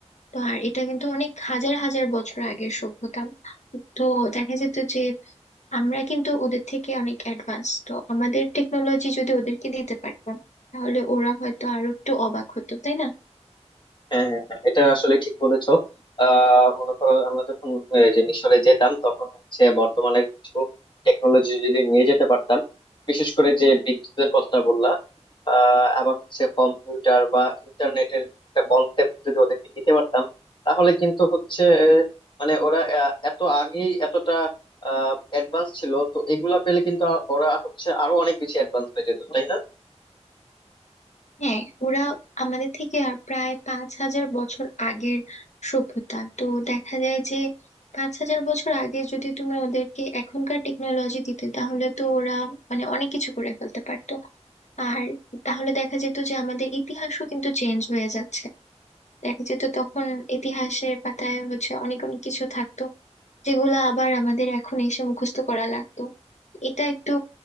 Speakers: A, on the left (about 80°); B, on the left (about 45°).
A: তো আর এটা কিন্তু অনেক হাজার হাজার বছর আগের সভ্যতা তো দেখা যেত যে আমরা কিন্তু ওদের থেকে অনেক অ্যাডভান্স তো আমাদের টেকনোলজি যদি ওদেরকে দিতে পারতাম তাহলে ওরা হয়তো আরো একটু অবাক হতো তাই না
B: হ্যাঁ হ্যাঁ, হ্যাঁ, এটা আসলে ঠিক বলেছো আহ মনে করো আমরা যখন আহ, যে মিশরে যেতাম তখন হচ্ছে বর্তমানে কিছু টেকনোলজি যদি নিয়ে যেতে পারতাম বিশেষ করে যে বিদ্যুতের কথাটা বললাম আহ আবার হচ্ছে কম্পিউটার বা ইন্টারনেটের একটা কনসেপ্ট যদি ওদেরকে দিতে পারতাম তাহলে কিন্তু হচ্ছে আহ, মানে ওরা আহ, এত আগেই এতটা অ্যাডভান্স ছিল তো এগুলা পেলে কিন্তু আ- ওরা হচ্ছে আরো অনেক বেশি অ্যাডভান্স হয়ে যেত তাই না
A: হ্যাঁ ওরা আমাদের থেকে আর প্রায় পাঁচ হাজার বছর আগের সভ্যতা তো দেখা যায় যে পাঁচ হাজার বছর আগে যদি তুমি ওদেরকে এখনকার টেকনোলজি দিতে তাহলে তো ওরা মানে অনেক কিছু করে ফেলতে পারতো আর তাহলে দেখা যেত যে আমাদের ইতিহাসও কিন্তু চেঞ্জ হয়ে যাচ্ছে দেখা যেত তখন ইতিহাসের পাতায় হচ্ছে অনেক অনেক কিছু থাকতো যেগুলো আবার আমাদের এখন এসে মুখস্থ করা লাগতো এটা একটু